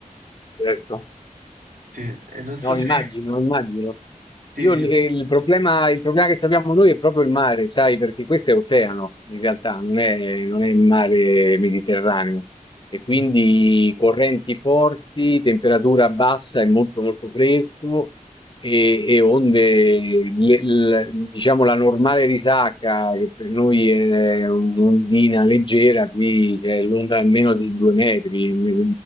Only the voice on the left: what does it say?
Certo.
No,
immagino, immagino.
Io
l- eh, il problema, il problema che abbiamo noi è proprio il mare, sai, perché questo è oceano, in realtà, non è, non è il mare Mediterraneo. E quindi
correnti forti, temperatura bassa e molto molto fresco e, e onde, le- l- diciamo la normale risacca, che per noi è un'ondina leggera, qui c'è l'onda almeno di due metri, un metro